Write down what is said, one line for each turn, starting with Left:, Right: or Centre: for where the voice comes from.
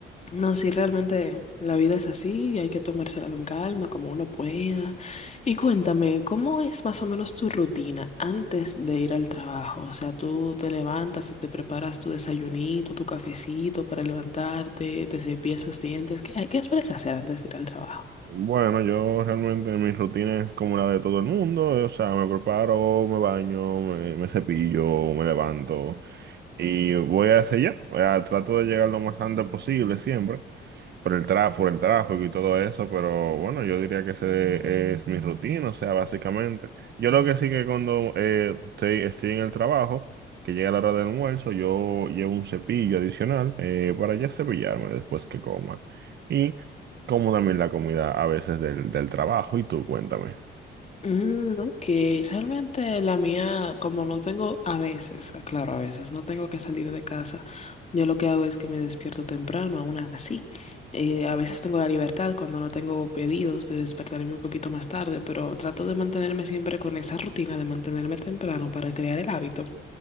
Left: No, sí, realmente la vida es así y hay que tomársela con calma, como uno pueda. Y cuéntame, ¿cómo es más o menos tu rutina antes de ir al trabajo? O sea, tú te levantas y te preparas tu desayunito, tu cafecito para levantarte, te cepillas los dientes. ¿Qué, qué sueles hacer antes de ir al trabajo?
Right: Bueno, yo realmente mi rutina es como la de todo el mundo, o sea, me preparo, me baño, me, me cepillo, me levanto y voy a hacer ya, o sea, trato de llegar lo más antes posible siempre. por el tra- por el tráfico y todo eso, pero bueno, yo diría que ese es mi rutina, o sea, básicamente. Yo lo que sí que cuando eh, estoy, estoy en el trabajo, que llega la hora del almuerzo, yo llevo un cepillo adicional eh, para ya cepillarme después que coma. Y como también la comida a veces del, del trabajo, y tú cuéntame.
Left: Mm, ok, realmente la mía, como no tengo, a veces, claro, a veces no tengo que salir de casa, yo lo que hago es que me despierto temprano, aún así. Eh, a veces tengo la libertad cuando no tengo pedidos de despertarme un poquito más tarde, pero trato de mantenerme siempre con esa rutina de mantenerme temprano para crear el hábito.